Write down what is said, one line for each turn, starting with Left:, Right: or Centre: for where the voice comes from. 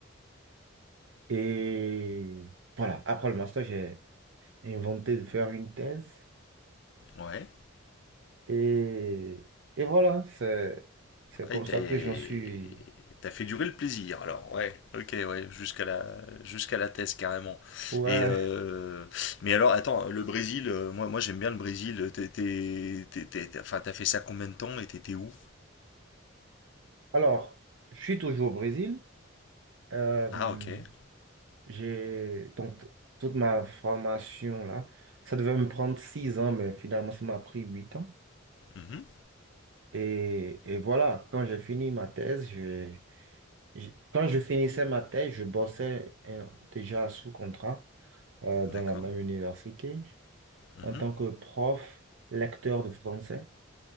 Right: Et voilà, après le master, j'ai inventé de faire une thèse.
Left: ouais,
Right: Et, et voilà, c'est, c'est
Left: Ah,
Right: comme
Left: et t'as-
Right: ça que j'en suis.
Left: T'as fait durer le plaisir, alors, ouais, ok, ouais, jusqu'à la, jusqu'à la thèse, carrément.
Right: Ouais.
Left: Et euh, mais alors, attends, le Brésil, euh, moi, moi j'aime bien le Brésil. T'es, t'es- t'es- t'es- t'es- enfin, t'as fait ça combien de temps et t'étais où?
Right: Alors, je suis toujours au Brésil. Euh,
Left: Ah, ok.
Right: j'ai donc t- toute ma formation là. Ça devait me prendre six ans, mais finalement, ça m'a pris huit ans.
Left: Mhm.
Right: Et, et voilà, quand j'ai fini ma thèse, je, je- quand je finissais ma thèse, je bossais euh, déjà sous contrat euh, dans
Left: D'accord.
Right: la même université
Left: Mhm.
Right: en tant que prof, lecteur de français.